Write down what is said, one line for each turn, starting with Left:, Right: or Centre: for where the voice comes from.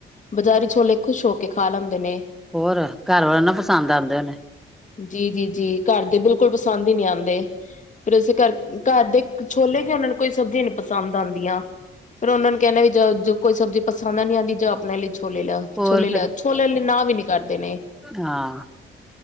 Left: ਬਜ਼ਾਰੀ ਛੋਲੇ ਖੁਸ਼ ਹੋ ਕੇ ਖਾ ਲੈਂਦੇ ਨੇ।
Centre: ਹੋਰ, ਘਰ ਵਾਲੇ ਨਾ ਪਸੰਦ ਆਉਂਦੇ ਹੋਣੇ ਨੇ।
Left: ਜੀ- ਜੀ -ਜੀ। ਘਰ ਦੇ ਬਿਲਕੁਲ ਪਸੰਦ ਹੀ ਨਹੀਂ ਆਉਂਦੇ। ਫੇਰ ਅਸੀਂ ਘਰ ਘਰ ਦੇ ਛੋਲੇ ਕੇ ਉਹਨਾਂ ਨੂੰ ਕੋਈ ਸਬਜ਼ੀ ਨੀ ਪਸੰਦ ਆਉਂਦੀਆਂ। ਫੇਰ ਉਹਨਾਂ ਨੂੰ ਕਹਿੰਦਾ ਵੀ ਜਾਓ ਜੌ ਕੋਈ ਸਬਜ਼ੀ ਪਸੰਦ ਨੀ ਆਂਦੀ, ਜਾਂ ਆਪਣੇ ਲਈ ਛੋਲੇ ਲੈ ਆਓ।
Centre: ਹੋਰ
Left: ਛੋਲੇ ਲਿਆ।
Centre: ਫਿਰ
Left: ਛੋਲੇ ਲਈ ਨਾ ਵੀ ਨੀ ਕਰਦੇ ਨੇ,
Centre: ਹਾਂ